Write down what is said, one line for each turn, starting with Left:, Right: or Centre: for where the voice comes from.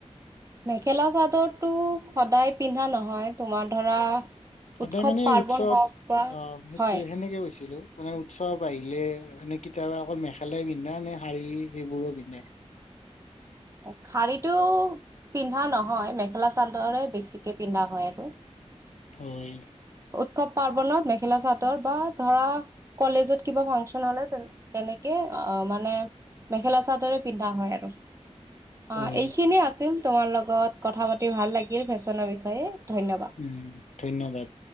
Right: মেখেলা চাদৰটো সদায় পিন্ধা নহয়। তোমাৰ ধৰা
Left: সদায়
Right: উৎসৱ
Left: মানে
Right: পাৰ্বন
Left: উৎসৱ
Right: হওঁক বা,
Left: আহ সেইটো
Right: হয়।
Left: সেনেকে কৈছিলোঁ। মানে উৎসৱ আহিলে মানে কেতিয়াবা অকল মেখেলাই পিন্ধা নে শাৰী সেইবোৰো পিন্ধা?
Right: অ', শাৰীটো পিন্ধা নহয় মেখেলা চাদৰে বেছিকে পিন্ধা হয় আৰু।
Left: হয়।
Right: উৎসৱ পাৰ্বনত মেখেলা চাদৰ বা ধৰা কলেজত কিবা ফাংচন হ'লে তেনেকে অ' মানে মেখেলা চাদৰে পিন্ধা হয় আৰু।
Left: হয়
Right: অ', এইখিনিয়ে আছিল তোমাৰ লগত কথা পাতি ভাল লাগিল ফেশ্বনৰ বিষয়ে ধন্যবাদ।
Left: উম, ধন্যবাদ।